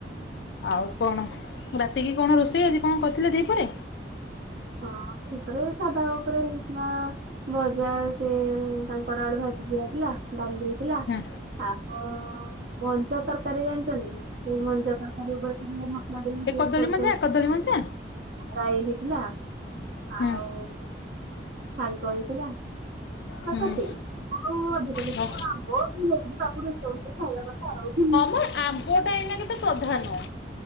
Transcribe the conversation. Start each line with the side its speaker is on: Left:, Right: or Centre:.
Left: ଆଉ କଣ ରାତିକି କଣ ରୋଷେଇ ଆଜି କଣ କରିଥିଲେ ଦିପରେ
Right: ହଁ ଉପରେ ସାଦା ଉପରେ ହେଇଥିଲା ଭଜା ସେ କାଙ୍କଡ଼ ଆଳୁ ଭାଜି ଦିଆଥିଲା ଡାଲି ଦେଇଥିଲା
Left: ହୁଁ
Right: ଶାଗ ମଞ୍ଜା ତରକାରୀ ଜାଣିଛନ୍ତି ତ ମଞ୍ଜା ତରକାରୀ ଉପରେ ମସଲା ଦେଇ
Left: ଏ
Right: ଯୋଉ
Left: କଦଳୀ
Right: ସୋରିଷ
Left: ମଞ୍ଜା କଦଳୀ ମଞ୍ଜା
Right: ରାଇ ହେଇଥିଲା ଆଉ
Left: ହୁଁ
Right: ଶାଗ ହେଇଥିଲା ବାସ
Left: ହୁଁ।
Right: ଏତିକି ହଁଧିକାବ
Left: ହଁ
Right: ଲୁ ପାାକୁ ରୋଷଛନ୍ତି ଖାଇବା କଥା ହଉଛି <inaudible>
Left: ଆମ୍ବ ଟା ଏଇନେ କେ ପ୍ରଧାନ